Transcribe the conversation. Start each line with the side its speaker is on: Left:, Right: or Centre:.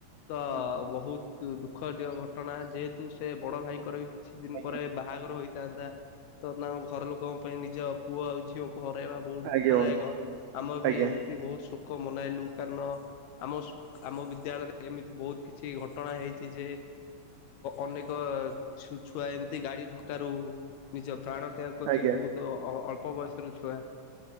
Left: ତ
Right: ହଁ
Left: ବହୁତ ଦୁଃଖଦିୟ ଘଟଣା ଯେହେତୁ ସେ ବଡ଼ ଭାଇଙ୍କର ବି କିଛି ଦିନ
Right: ଆଜ୍ଞା
Left: ପରେ ବାହାଘର ହୋଇ ଥାନ୍ତା ତ ତାଙ୍କ ଘର ଲୋକଙ୍କ ପାଇଁ ନିଜ ପୁଅ ଆଉ ଝିଅଙ୍କୁ ହରାଇବା ବହୁତ
Right: ଆଜ୍ଞା
Left: ଦୁଃଖଦାୟକ
Right: ବନ୍ଧୁ,
Left: ଆମେ
Right: ଆଜ୍ଞା
Left: ବି ଏମିତି ବହୁତ ଶୋକ ମନାଇଲୁ କାରଣ ଆମ ଆମ ବିଦ୍ୟାଳୟରେ ଏମିତି ବହୁତ କିଛି ଘଟଣା ହେଇଛି ଯେ ଅନେକ ଛୁ ଛୁଆ ଏମିତି ଗାଡି ଧକାରୁ ନିଜ ପ୍ରାଣ ତ୍ୟାଗ କରିୁଛନ୍ତି
Right: ଆଜ୍ଞା
Left: ବହୁତ ତ ଅଳ୍ପ ବୟସର ଛୁଆ